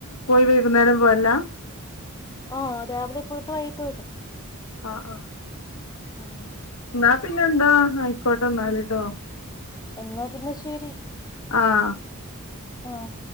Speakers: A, on the left (about 85°); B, on the left (about 15°).
A: പോയി വൈകുന്നേരം പോര് ലാ
B: ആഹ് രാവിലെ പോയിട്ട് വൈകിട്ട് വരും
A: ആഹ് ആഹ്
B: ആഹ്
A: ന്നാ പിന്നെ എന്താ അയ്ക്കോട്ടെ ന്നാല് ട്ടോ
B: എന്നാ പിന്നെ ശെരി
A: ആഹ്
B: ആഹ്